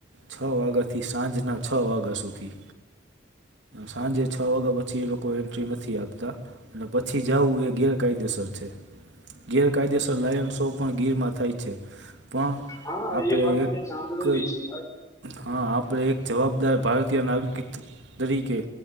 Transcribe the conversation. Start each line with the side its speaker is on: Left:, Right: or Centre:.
Right: છ વાગ્યાથી સાંજના છ વાગ્યા સુધી સાંજે છ વાગ્યા પછી એ લોકો એન્ટ્રી નથી આપતા એટલે પછી જવું એ ગેરકાયદેસર છે. ગેરકાયદેસર લાયન શો પણ ગીરમાં થાય છે. પણ
Left: હા
Right: આપણે
Left: એ વાત
Right: એક
Left: મેં સાંભળેલી છે ભાઈ
Right: હા આપ પર એક જવાબદાર ભારતીય નાગરિક તરીકે